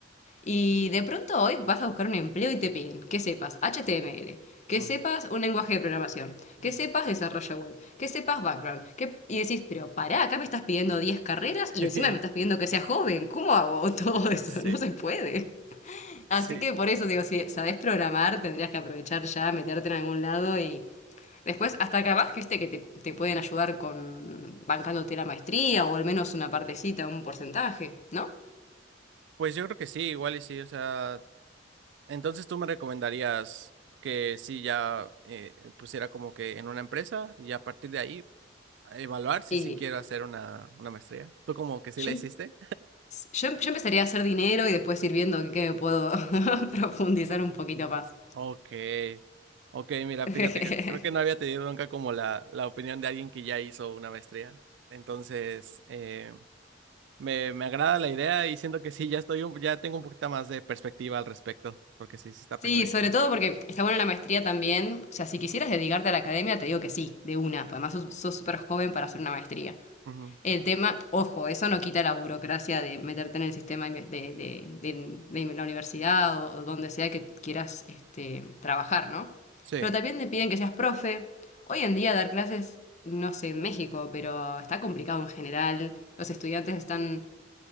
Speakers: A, on the left (about 35°); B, on the right (about 60°).
A: Y de pronto hoy vas a buscar un empleo y te piden que sepas HTML, que
B: ujú,
A: sepas un lenguaje de programación,
B: ujú.
A: que sepas desarrollo web, que sepas background. Que... Y decís, pero pará, acá me estás pidiendo 10 carreras
B: <laughs>
A: y encima me estás pidiendo que sea joven. ¿Cómo hago <laughs> todo eso?
B: Sí,
A: No se puede. Así
B: sí.
A: que por eso digo, si sabes programar, tendrías que aprovechar ya, meterte en algún lado y después hasta capaz que viste que te, te pueden ayudar con bancándote la maestría o al menos una partecita, un porcentaje, ¿no?
B: Pues yo creo que sí, igual y sí, o sea, entonces tú me recomendarías que sí ya eh, pusiera como que en una empresa y a partir de ahí evaluar si
A: Y
B: sí quiero hacer una, una maestría. ¿Tú como que sí
A: yo
B: la hiciste?
A: Yo, yo empezaría a hacer dinero y después ir viendo qué me puedo <laughs> profundizar un poquito más.
B: Ok, ok, mira,
A: <laughs>
B: fíjate que creo que no había tenido nunca como la, la opinión de alguien que ya hizo una maestría. Entonces, eh, me, me agrada la idea y siento que sí, ya estoy, un- ya tengo un poquito más de perspectiva al respecto, porque sí, sí está
A: Sí,
B: pesadito.
A: sobre todo porque está buena la maestría también. O sea, si quisieras dedicarte a la academia, te digo que sí, de una. Pues además sos sos súper joven para hacer una maestría.
B: Ujú,
A: El tema, ojo, eso no quita la burocracia de meterte en el sistema inve- de, de- de- de la universidad o, o donde sea que quieras este, trabajar, ¿no?
B: Sí.
A: Pero también te piden que seas profe. Hoy en día dar clases, no sé, en México, pero está complicado en general. Los estudiantes están